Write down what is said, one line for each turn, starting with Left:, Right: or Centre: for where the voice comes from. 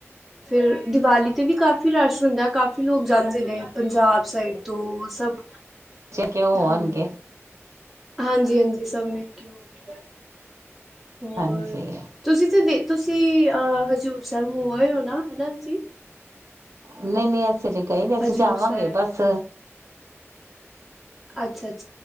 Centre: ਫੇਰ ਦੀਵਾਲੀ ਤੇ ਵੀ ਕਾਫ਼ੀ ਰਸ਼ ਹੁੰਦਾ। ਕਾਫੀ ਲੋਕ ਜਾਂਦੇ ਨੇ ਪੰਜਾਬ ਸਾਈਡ ਤੋਂ ਸਭ
Right: ਬੱਚੇ ਕਿਉਂ
Centre: ਹਾਂਜੀ-
Right: ਆਉਣਗੇ
Centre: ਹਾਂਜੀ- ਹਾਂਜੀ ਸਭ ਮਿਲ ਕਿਉਂ ਹੁੰਦੀ ਆ। ਹੋਰ
Right: ਹਾਂਜੀ
Centre: ਤੁਸੀਂ ਤੇ ਦੇ ਤੁਸੀਂ ਆਹ ਹਜ਼ੂਰ ਸਾਹਿਬ ਹੋ ਆਏ ਓ? ਆ ਹਨਾ ਜੀ।
Right: ਨਹੀਂ-ਨਹੀਂ ਅਸ ਅਜੇ ਗਏ ਨੀ ਅਸੀਂ
Centre: ਹਜ਼ੂਰ
Right: ਜਾਵਾਂਗੇ
Centre: ਸਾਹਿਬ
Right: ਬਸ।
Centre: ਅੱਛਾ-ਅੱਛ